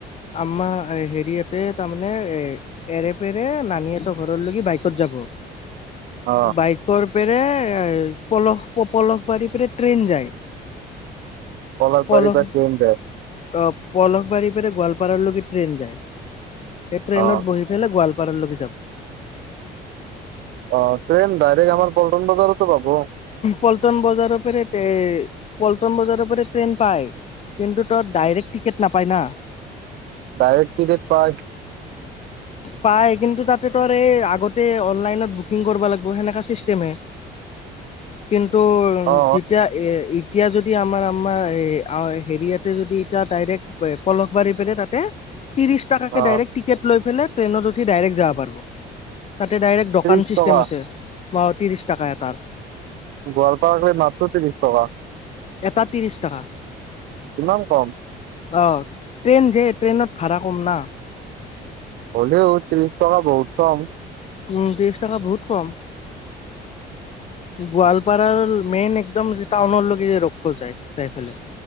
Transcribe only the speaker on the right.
অ
পলসবাৰীৰ
পৰা ট্ৰেইন যায়।
অ
অ', ট্ৰেইন ডাইৰেক্ট আমাৰ পল্টন বজাৰতো পাব।
ডাইৰেক্ট টিকেট পাই
<inaudible>
অ
অ
ত্ৰিশ
টকা
গোৱালপাৰালৈ মাত্ৰ ত্ৰিশ টকা।
ইমান কম।
হ'লেও ত্ৰিশ টকা বহুত কম